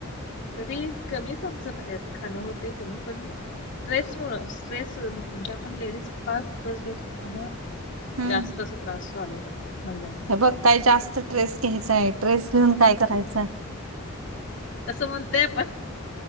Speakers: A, on the left; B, on the right.
A: तरी कमीच आमचं बाहेरच खाणं होतय, कमी पण स्ट्रेसमुळ, स्ट्रेस म्हणजे आपण लेडीज, फार स्ट्रेस घेतो, त्यामुळ
B: हम्म
A: जास्त अस त्रास चालू होतात, महिलांना.
B: हे बघ काय जास्त स्ट्रेस तेच आहे, स्ट्रेस घेऊन काय करायचा?
A: तसं म्हणतो आपण